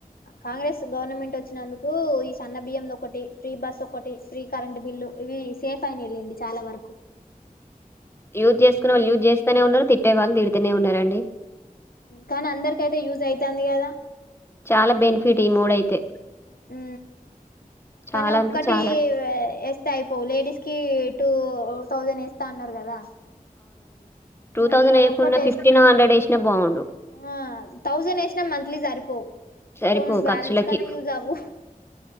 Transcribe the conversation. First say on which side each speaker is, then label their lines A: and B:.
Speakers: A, on the left; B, on the left.
A: కాంగ్రెస్ గవర్నమెంట్ వచ్చినందుకు ఈ సన్న బియ్యం ఒకటి ఫ్రీ బస్ ఒకటి ఫ్రీ కరెంట్ బిల్లు ఇవి సేఫ్ అయ్యినీయండి చాలా వరకు
B: యూజ్ చేసుకునే వాళ్చే యూజ్ చేస్తానే ఉన్నారు తిట్టే వాళ్ళుిడితేనే ఉన్నారండి
A: కానీ అందరికైతే యూస్ అయితాంది కదా
B: చాలా బెనిఫిట్ ఈ మూడయితే
A: ఉ
B: చాలా
A: కానీ ఒక్కటి
B: అంటే చాలా.
A: వేస్తే అయిపోవు లేడీస్ కి టూ తౌసండ్ వేస్తా అన్నారు కదా
B: టూ
A: ఆ
B: థౌజండ్
A: అదొక్కటి
B: వయకుండా
A: వేస్
B: ఫిఫ్టీన్ హండ్రెడ్ యేషిన బాగుండు
A: ఆ తౌసండ్ వేసిన మంత్లీలీ సరిపోవు
B: సరిపోవు
A: ఫోన్ బాలన్స్
B: ఖర్చులకి.
A: కన్నా యూస్ అవ్వవు